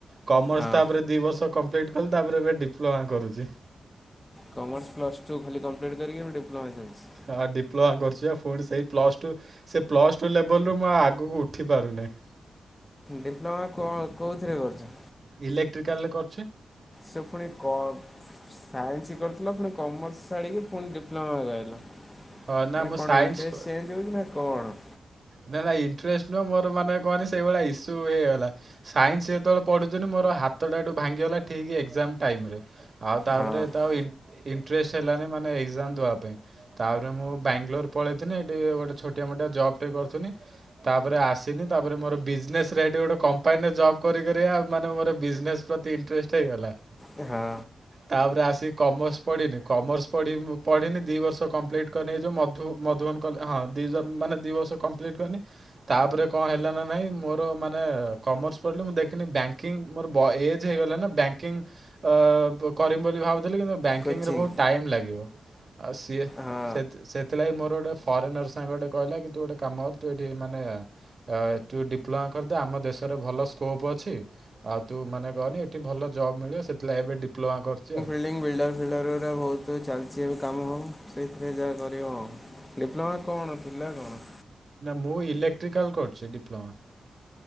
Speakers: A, on the right (about 40°); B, on the left (about 15°).
A: କମର୍ସ
B: ହଁ
A: ତାପରେ ଦି ବର୍ଷ କମ୍ପ୍ଲିଟ୍ କଲି ତାପରେ ଏବେ ଡିପ୍ଲୋମା କରୁଚି।
B: କମର୍ସ ପ୍ଲସ୍ ଟୁ ଖାଲି କମ୍ପ୍ଲିଟ କରିକି ଏବେ ଡିପ୍ଲୋମା ଚାଲଚି।
A: ହଁ ଡିପ୍ଲୋମା କରୁଚି ବା ଫୁଣି ସେଇ ପ୍ଲସ ଟୁ ସେ ପ୍ଲସ୍ ଟୁ ଲେବଲ୍ ରୁ ମୁଁ ଆଉ ଆଗୁକୁ ଉଠିପାରୁନେଇ।
B: ଡିପ୍ଲୋମା କଣ କୋଉଥିରେ କରୁଚ?
A: ଇଲେକ୍ଟ୍ରିକାଲରେ କରୁଚି।
B: ସେ ଫୁଣି କ ସାଇନ୍ସ୍ କରିଥିଲ ଫୁଣି କମର୍ସ ଛାଡ଼ିକି ଫୁଣି ଡିପ୍ଲୋମାକୁ ଆଇଲ।
A: ହଁ ନା
B: ମାନେ
A: ମୁଁ
B: କଣ
A: ସାଇନ୍ସ
B: ଇଣ୍ଟ୍ରେଷ୍ଟ ଚେଞ୍ଜ୍ ହଉଚି ନା କଣ?
A: ନାଁ ନାଁ ଇଣ୍ଟ୍ରେଷ୍ଟ ନୁହଁ ମୋର ମାନେ କହନି ସେଇଭଳିଆ ଇସୁ ହେଇଗଲା। ସାଇନ୍ସ୍ ଯେତୋଳେ ପଢୁଥିନି ମୋର ହାତଟା ଏଠୁ ଭାଙ୍ଗିଗଲା ଠିକି ଏକ୍ଜାମ ଟାଇମ୍ ରେ। ଆଉ ତାପରେ
B: ହଁ
A: ଏତେ ଆଉ ଇ ଇଣ୍ଟ୍ରେଷ୍ଟ ହେଲାନେଇ ମାନେ ଏକ୍ଜାମ ଦବା ପାଇଁ। ତାପରେ ମୁଁ ବ୍ୟାଙ୍ଗ୍ଲୋର୍ ପଳେଇଥିନି ହେଠି ଗୋଟେ ଛୋଟିଆ ମୋଟିଆ ଜବ୍ ଟେ କରୁଥୁନି। ତାପରେ ଆସିନି ତାପରେ ମୋର ବିଜନେସ୍ ରେ ହେଠି ଗୋଟେ କମ୍ପାନୀରେ ଜବ୍ କରି କରି ଆଉ ମାନେ ମୋର ବିଜନେସ୍ ପ୍ରତି ଇଣ୍ଟ୍ରେଷ୍ଟ ହେଇଗଲା।
B: ଏ ହଁ।
A: ତାପରେ ଆସି କମର୍ସ ପଢି଼ନି କମର୍ସ ପଢ଼ି ପଢି଼ନି ଦି ବର୍ଷ କମ୍ପ୍ଲିଟ୍ କନି ଏ ଯୋଉ ମଧୁ ମଧୁବନ କଲେ ହଁ ଦିଜ ମାନେ ଦି ବର୍ଷ କମ୍ପ୍ଲିଟ କନି। ତାପରେ କଁ ହେଲା ନାଁ ନାହିଁ ମୋର ମାନେ କମର୍ସ ପଢ଼ିଲି ମୁଁ ଦେଖିନି ବ୍ୟାଙ୍କିଙ୍ଗ୍ ମୋର ବ ଏଜ୍ ହେଇଗଲାଣି ନା ବ୍ୟାଙ୍କିଙ୍ଗ ଅ କରିମି ବୋଲି ଭାବୁଥୁଲି କିନ୍ତୁ ବ୍ୟାଙ୍କିଙ୍ଗ୍
B: କୋଚିଂ
A: ର ଭୋଉ ଟାଇମ୍ ଲାଗିବ ଆ ସିଏ
B: ହଁ
A: ସେଥ୍ ସେଥିଲାଗି ମୋର ଗୋଟେ ଫରେନର୍ ସାଙ୍ଗଟେ କହିଲା କି ତୁ ଗୋଟେ କାମ କର ତୁ ଏଠି ମାନେ ଅ ତୁ ଡିପ୍ଲୋମା କରିଦେ ଆମ ଦେଶରେ ଭଲ ସ୍କୋପ୍ ଅଛି। ଆଉ ତୁ ମାନେ କହନି ଏଠି ଭଲ ଜବ୍ ମିଳିବ ସେଥିଲା ଏବେ ଡିପ୍ଲୋମା କରୁଚି ଆଉ।
B: ଲିଂ ବିଲ୍ଡର ମିଲର ଗୁରା ଭଉତୁ ଚାଲଚି ଏବେ କାମ ହଉ ସେଇଥିରେ ଯାହା କରିବ। ଡିପ୍ଲୋମା କଣ ଥିଲା କଣ?
A: ନାଁ ମୁଁ ଇଲେକ୍ଟ୍ରିକାଲ କରୁଚି ଡିପ୍ଲୋମା।